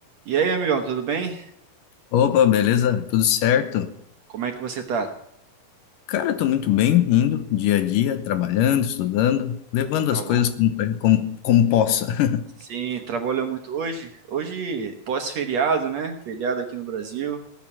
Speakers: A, on the right (about 60°); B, on the left (about 70°).
A: E aí, amigão, tudo bem?
B: Opa, beleza? Tudo certo?
A: Como é que você tá?
B: Cara, tô muito bem, indo dia a dia, trabalhando, estudando, levando
A: Tá
B: as coisas
A: bom?
B: como, como, como possa. <laughs>
A: Sim, trabalhou muito hoje? Hoje, pós-feriado, né? Feriado aqui no Brasil.